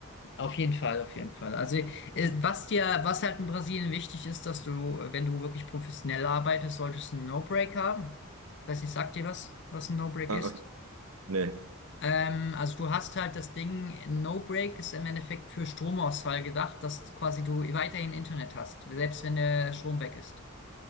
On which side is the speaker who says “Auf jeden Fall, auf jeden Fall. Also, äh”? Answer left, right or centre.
Left